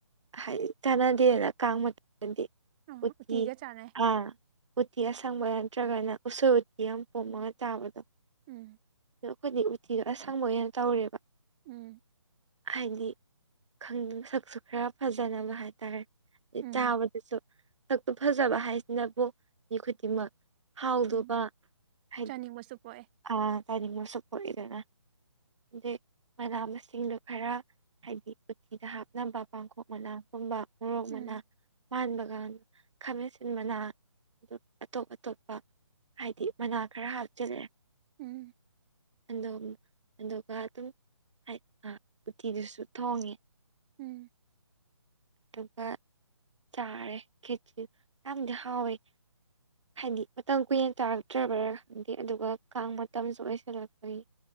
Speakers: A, on the right; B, on the right.
A: ꯍꯥꯏꯗꯤ ꯀꯥꯟꯅꯗꯦꯅ ꯀꯥꯡ ꯃꯇꯝꯗꯗꯤ
B: ꯎꯝ
A: ꯎꯇꯤ
B: ꯎꯇꯤꯒ ꯆꯥꯅꯩ
A: ꯑꯥ ꯎꯇꯤ ꯑꯁꯪꯕ ꯅꯠꯇ꯭ꯔꯒꯅ ꯎꯁꯣꯏ ꯎꯇꯤ ꯑꯃ ꯄꯣꯝꯃꯒ ꯆꯥꯕꯗꯣ
B: ꯎꯝ
A: ꯑꯗꯣ ꯑꯩꯈꯣꯏꯗꯤ ꯎꯇꯤꯗꯣ ꯑꯁꯪꯕ ꯑꯣꯏꯅ ꯇꯧꯔꯦꯕ
B: ꯎꯝ
A: ꯍꯥꯏꯗꯤ ꯈꯪ ꯁꯛꯁꯨ ꯈꯔ ꯐꯖꯅꯕ ꯍꯥꯏꯇꯥꯔꯦ
B: ꯎꯝ
A: ꯆꯥꯕꯗꯁꯨ ꯁꯛꯇꯨ ꯐꯖꯕ ꯍꯥꯏꯁꯤꯅꯕꯨ ꯃꯤ ꯈꯨꯗꯤꯡꯃꯛ ꯍꯥꯎꯗꯣꯕ
B: ꯎꯝ
A: ꯍꯥꯏꯗ
B: ꯆꯥꯅꯤꯡꯕꯁꯨ ꯄꯣꯛꯑꯦ
A: ꯑ ꯀꯥꯏꯅꯤꯡꯕꯁꯨ ꯄꯣꯛꯏꯗꯅ ꯑꯩ ꯃꯅꯥ ꯃꯁꯤꯡꯗꯨ ꯈꯔ ꯍꯥꯏꯗꯤ ꯎꯊꯤꯗ ꯍꯥꯞꯅꯕ ꯄꯥꯡꯈꯣꯛ ꯃꯅꯥꯒꯨꯝꯕ ꯃꯣꯔꯣꯛ ꯃꯅꯥ
B: ꯎꯝ
A: ꯄꯥꯟꯕ ꯒꯥꯟ ꯈꯥꯃꯦꯟꯁꯤꯟ ꯃꯅꯥ ꯑꯗꯨ ꯑꯇꯣꯞ ꯑꯇꯣꯞꯄ ꯍꯥꯏꯗꯤ ꯃꯅꯥ ꯈꯔ ꯍꯥꯞꯆꯤꯜꯂꯦ
B: ꯎꯝ
A: ꯑꯗꯣꯝ ꯑꯗꯨꯒ ꯑꯗꯨꯝ ꯍꯥꯏ ꯎꯇꯤꯗꯨꯁꯨ ꯊꯣꯡꯉꯦ
B: ꯎꯝ
A: ꯑꯗꯨꯒ ꯆꯥꯔꯦ ꯈꯦꯆꯤ ꯌꯥꯝꯗꯤ ꯍꯥꯎꯋꯦ ꯍꯥꯏꯗꯤ ꯃꯇꯝ ꯀꯨꯏꯅ ꯆꯥꯔꯛꯇ꯭ꯔꯕ꯭ꯔꯥ ꯈꯪꯗꯦ ꯑꯗꯨꯒ ꯀꯥꯡ ꯃꯇꯝꯁꯨ ꯑꯣꯏꯁꯤꯜꯂꯛꯄꯩ